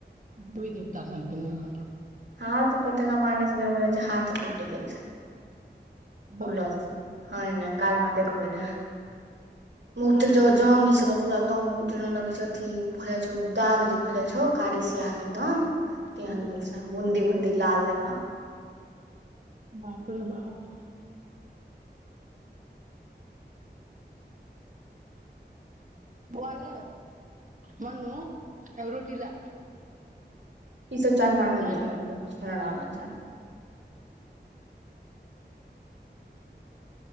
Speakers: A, on the right (about 45°); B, on the right (about 80°).
A: दी देवता सन के मुँह कान
B: हाथ पर तना मारने छै जेना बुझाई छै हाथ तूट गेल छै फुलल
A: हँ
B: हय ने काल हमरा देखबइ रहा मुँह तु ज जंग ई सब पूरा एकदम जे लगे छै अथी भऽ जाइ छै दाग जे भऽ जाइ छोऊ कारी सिया केदम तहन
A: हूँ
B: भेल बेबुन्दी लाल जकऽ
A: बाप रे बाप बौआ रे मनू एगो रोटी ला
B: ई सब चालि हमारा नहि
A: छै
B: नीक
A: घरमे
B: लागै यै छीनरा वला चालि